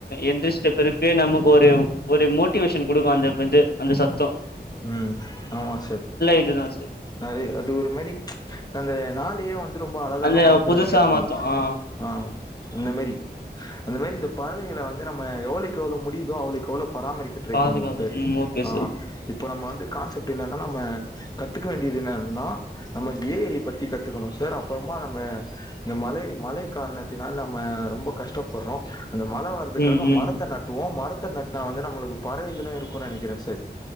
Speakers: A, on the left (about 65°); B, on the left (about 20°).
A: எந்திரிச்சிட்ட பிறகு நமக்கு ஒரு ஒரு மோட்டிவேஷன் கொடுக்கு அந்த இது அந்த சத்தம்
B: ம் ஆமா சார்
A: இதுதா சார்
B: அது அது ஒரு மாரி அந்த நாளையே வந்து ரொம்ப அழகாக
A: அந்த
B: மாத்துரதுக்கு
A: புதுசா
B: ஹெல்ப்
A: மாத்து
B: பண்ணு
A: ஆ
B: ஆ அந்த மாரி அந்த மாரி இந்த பறவைகள வந்து நம்ம எவ்வளோய்க்கு எவ்ளோ முடியுதோ அவ்ளோய்க்கு அவ்ளோ பராமரிக்க ட்ரை
A: பாதுகாப்பு
B: பண்ணுவோ சார்
A: ம் ஓகே
B: ஆ
A: சார்
B: நம்ம வந்து கான்செப்ட் என்னனா நம்ம கத்துக்க வேண்டியது என்னன்னா நம்ம ஏ ஐ பத்தி கத்துக்கணு சார் அப்றமா நம்ம இந்த மழை மழை காரணத்தினால் நம்ம ரொம்ப கஷ்டப்படுறோ அந்த மழ வர்ரதுக்காக
A: ம் ம்
B: மரத்த நட்டுவோ மரத்த நட்டா வந்து நம்முளுக்கு பறவைகள்லா இருக்குன்னு நெனைக்கிறே சார்